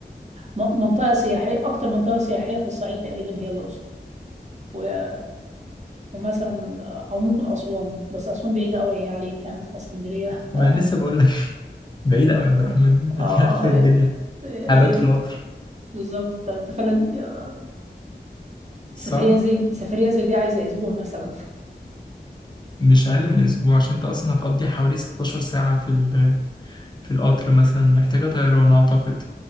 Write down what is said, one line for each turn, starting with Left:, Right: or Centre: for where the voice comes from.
Right: ومنطقة سياحية أكتر منطقة سياحية في الصعيد تقريبا هي الأقصر و- ومثلا آه، أو ممكن أسوان بس أسوان بعيدة أوي هي عليك يعني أنت في اسكندرية <laughs>
Left: ما
Right: أنت-
Left: انا لسه بقول لك <laughs> بعيد قوي يا عبد الرحمن <laughs> مش
Right: آه
Left: عارف إيه الدنيا
Right: إيه- إيه
Left: هبات في القطر
Right: بالظبط أنت أنت فعلا آه،
Left: صح
Right: سفرية زي سفرية زي دي عايزة أسبوع مثلا
Left: مش اقل من اسبوع عشان انت اصلا هتقضي حوالي 16 ساعه في ال- في القطر مثلا محتاجه طيران اعتقد